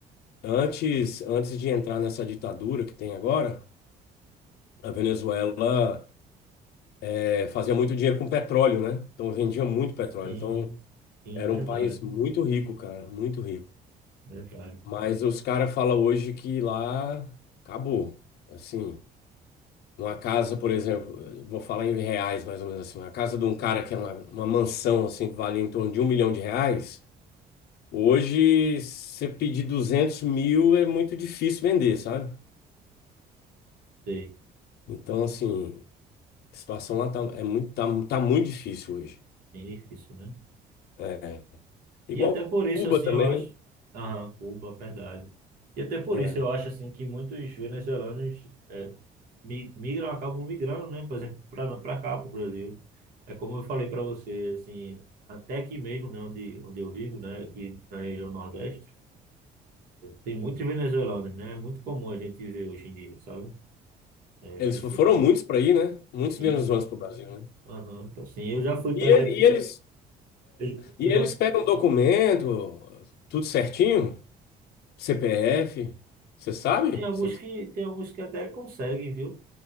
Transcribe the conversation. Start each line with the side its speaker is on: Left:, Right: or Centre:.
Left: Antes, antes de entrar nessa ditadura que tem agora, a Venezuela. é, fazia muito dinheiro com petróleo, né? Então vendia muito petróleo.
Right: Sim,
Left: Então
Right: sim,
Left: era
Right: verdade,
Left: um país muito rico, cara, muito rico.
Right: verdade.
Left: Mas os caras falam hoje que lá acabou. Assim, uma casa, por exemplo, eu vou falar em reais mais ou menos assim, uma casa de um cara que era uma, uma mansão assim que valia em torno de um milhão de reais, hoje você pedir 200 mil é muito difícil vender, sabe?
Right: Sei,
Left: Então assim, a situação lá tá, é muito, tá, tá muito difícil hoje.
Right: bem difícil, né?
Left: É, igual
Right: E até por isso,
Left: Cuba
Right: assim,
Left: também.
Right: eu acho... Aham, Cuba, verdade. E até por
Left: é.
Right: isso eu acho, assim, que muitos venezuelanos eh, mi- migram, acabam migrando, né? Por exemplo, para cá, para o Brasil. É como eu falei para você, assim, até aqui mesmo, né, onde, onde eu vivo, né, aqui na região Nordeste, tem muitos venezuelanos, né? É muito comum a gente ver hoje em dia, sabe? É,
Left: Eles
Right: pessoas
Left: foram
Right: venezuelanas.
Left: muitos para ir, né? Muitos
Right: Sim,
Left: venezuelanos para o Brasil, né?
Right: aham, então, assim, eu já fui,
Left: E,
Right: por
Left: ele-
Right: exemplo,
Left: e eles,
Right: eu,
Left: e
Right: eu
Left: eles
Right: já
Left: pegam documento, tudo certinho, CPF, você sabe?
Right: tem alguns
Left: Se eles-
Right: que tem alguns que até conseguem, viu?